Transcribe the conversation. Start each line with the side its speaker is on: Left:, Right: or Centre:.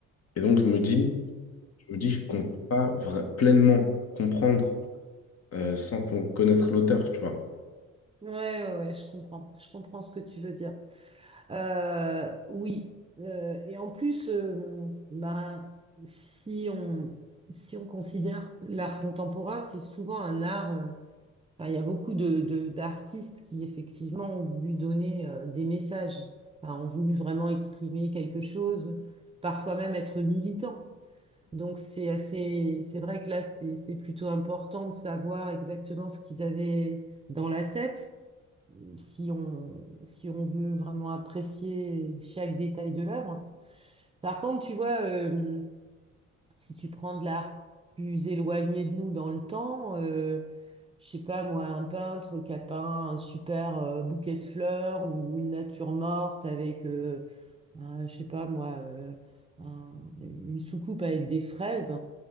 Left: Et donc je me dis, je me dis qu'on
Right: Mhm.
Left: ne peut pas vra- pleinement comprendre euh, sans qu'on connaître l'auteur, tu vois.
Right: Ouais, ouais, ouais, je comprends. Je comprends ce que tu veux dire. Euh, oui. Euh, et en plus, euh, ben, si on, si on considère l'art contemporain, c'est souvent un art. euh, enfin, il y a beaucoup de, de- d'artistes qui, effectivement, ont voulu donner euh, des messages, Enfin, ont voulu vraiment exprimer quelque chose, parfois même être militants. Donc, c'est assez, c'est vrai que là, c'est c'est plutôt important de savoir exactement ce qu'ils avaient dans la tête si on, si on veut vraiment apprécier chaque détail de l'œuvre. Par contre, tu vois, euh, si tu prends de l'art plus éloigné de nous dans le temps, euh, je sais pas moi, un peintre qui a peint un super euh, bouquet de fleurs ou une nature morte avec, euh, un- je sais pas moi, euh, un- une soucoupe avec des fraises,